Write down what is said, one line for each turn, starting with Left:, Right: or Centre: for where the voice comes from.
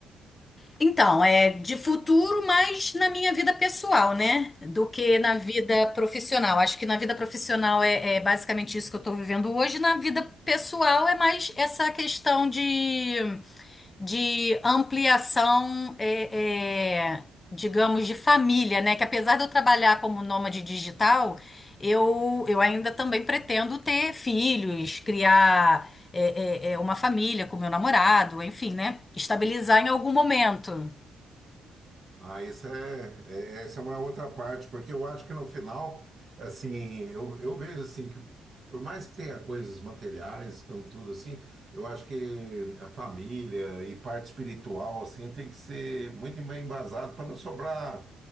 Left: Então, é de futuro, mas na minha vida pessoal, né? Do que na vida profissional. Acho que na vida profissional é, é basicamente isso que eu estou vivendo hoje. Na vida pessoal é mais essa questão de de ampliação, é, é, digamos, de família, né? Que apesar de eu trabalhar como nômade digital, eu, eu ainda também pretendo ter filhos, criar é, é, é, uma família com meu namorado, enfim, né? Estabilizar em algum momento.
Right: Ah, isso é, é- essa é uma outra parte, porque eu acho que no final, assim, eu, eu vejo assim que por mais que tenha coisas materiais, então tudo assim, eu acho que a família e parte espiritual assim tem que ser muito bem embasado para não sobrar,